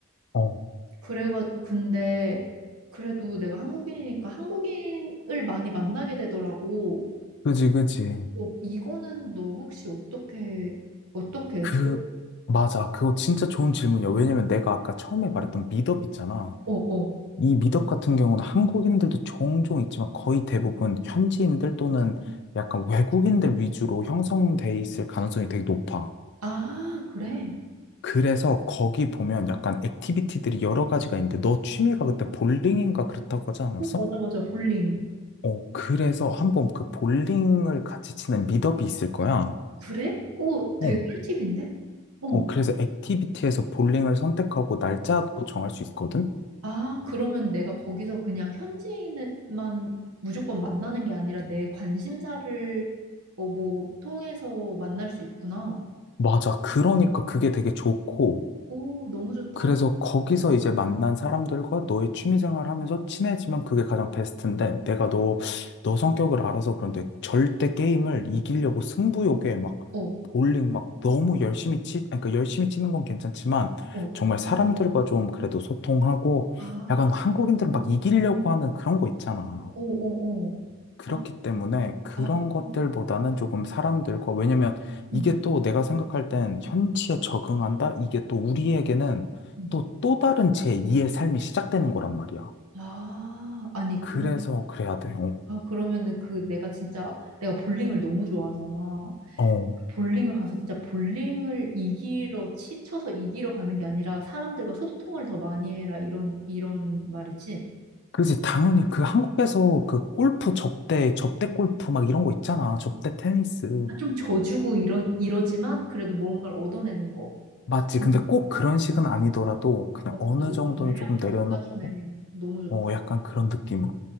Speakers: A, on the left; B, on the right.
A: 어,
B: 그래가 근데 그래도 내가 한국인이니까 한국인을 많이 만나게 되더라고.
A: 그지, 그지.
B: 어, 이거는 너 혹시 어떻게 어떻게
A: 그,
B: 했어?
A: 맞아. 그거 진짜 좋은 질문이야. 왜냐면 내가 아까 처음에 말했던 미덥 있잖아.
B: 어, 어.
A: 이 미덕 같은 경우는 한국인들도 종종 있지만 거의 대부분 현지인들 또는 약간 외국인들 위주로 형성돼 있을 가능성이 되게 높아.
B: 아, 그래.
A: 그래서 거기 보면 약간 액티비티들이 여러 가지가 있는데 너 취미가 그때 볼링인가 그랬다고 하지 않았어?
B: 어, 맞아, 맞아. 볼링.
A: 어, 그래서 한번 그 볼링을 같이 치는 미덕이 있을 거야.
B: 그래? 오, 되게
A: 어,
B: 꿀팁인데? 어.
A: 어, 그래서 액티비티에서 볼링을 선택하고 날짜도 정할 수 있거든?
B: 아, 그러면 내가 거기서 그냥 현지인만 무조건 만나는 게 아니라 내 관심사를 어, 뭐 통해서 만날 수 있구나.
A: 맞아. 그러니까 그게 되게 좋고.
B: 오, 너무 좋다.
A: 그래서 거기서 이제 만난 사람들과 너의 취미생활 하면서 친해지면 그게 가장 베스트인데 내가 너, 너 성격을 알아서 그런데 절대 게임을 이기려고 승부욕에 막
B: 어,
A: 볼링 막 너무 열심히 치, 아니, 그러니까 열심히 치는 건 괜찮지만
B: 어.
A: 정말 사람들과 좀 그래도 소통하고
B: 아,
A: 약간 한국인들은 막 이기려고 하는 그런 거 있잖아.
B: 오, 오, 오.
A: 그렇기
B: 아,
A: 때문에 그런
B: 아,
A: 것들보다는
B: 음,
A: 조금 사람들과, 왜냐면 이게
B: 음.
A: 또 내가 생각할 땐 현지에 적응한다? 이게 또 우리에게는
B: 음.
A: 또, 또 다른 제2의 삶이 시작되는 거란 말이야.
B: 아, 아니,
A: 그래서
B: 그럼,
A: 그래야 돼. 어.
B: 아, 그러면은 그 내가 진짜 내가 볼링을 너무 좋아하잖아.
A: 어.
B: 볼링을 가서 진짜 볼링을 이기러 치, 쳐서 이기러 가는 게 아니라 사람들과 소통을 더 많이 해라 이런 이런 말이지.
A: 그지. 당연히 그 한국에서 그 골프 접대, 접대 골프 막 이런 거 있잖아. 접대 테니스.
B: 아, 좀 져주고 이런 이러지만 그래도 뭔가를 얻어내는 거.
A: 맞지.
B: 음.
A: 근데 꼭 그런 식은 아니더라도 그냥
B: 아,
A: 어느
B: 진짜 너
A: 정도는
B: 전략까지
A: 조금 내려놓고,
B: 짜주네. 너무 좋다.
A: 어, 약간 그런 느낌으로.